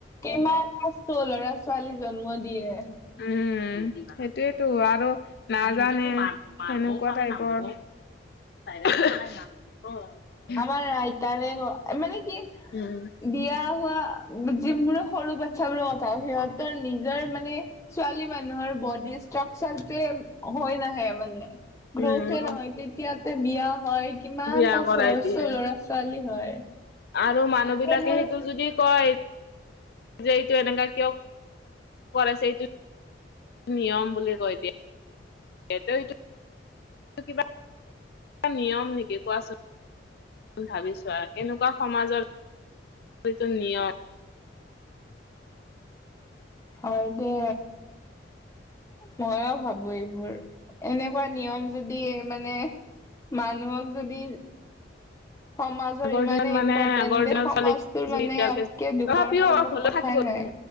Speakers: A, on the left; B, on the left.
A: কিমানটা চো ল'ৰা চো ছোৱালী জন্ম দিয়ে।
B: উম সেইটোয়েইতো আৰু। নাজানে সেনেকুৱা টাইপৰ <unintelligible> <unintelligible>
A: আমাৰ আইতাৰে কয় মানে কি।
B: উম।
A: বিয়া হোৱা যি বোৰে সৰু বাচ্ছ বোৰে কথা সিহঁত। তৰ নিজৰ মানে ছোৱালী মানুহৰ বদ দি ষ্ট্ৰাকচাৰ টোৱে হয় নাহে মানে
B: উম
A: গ্ৰোথে নহয় তেত য়াতে বিয়া হয় কিমানটা
B: বিয়া কৰাই
A: চ
B: দিয়ে।
A: চ ল'ৰা -ছোৱালী হয়।
B: আৰু মানুহ বিলাকে
A: সেইবোৰ
B: সেইটো যদি কয় যে এইটো এনেকা কিয়? কৰাইছে এইটো নিয়ম বুলি কৈ দিয়ে। হেতৰ এইটো কিবা নিয়ম নেকি কোৱাচোন? ভাৱিচোৱা কেনেকুৱা সমাজৰ এইটো নিয়ম।
A: হয় দে। মইও ভাবো এইবোৰ এনেকুৱা নিয়ম যদি মানে। মানুহক যদি। সমাজৰ
B: আগৰ
A: ইমানেই
B: দিনত মানে
A: ইম্পৰ্টেন্ট
B: আগৰ
A: যে
B: দিনত
A: সমাজটোৰ
B: ছোৱালী
A: মানে
B: এতিয়ালৈকে
A: ইয়াতকে দুখৰ
B: তথাপিও
A: <unintelligible>
B: হ'লেও
A: কথাই
B: থাকি গ'ল
A: নাই।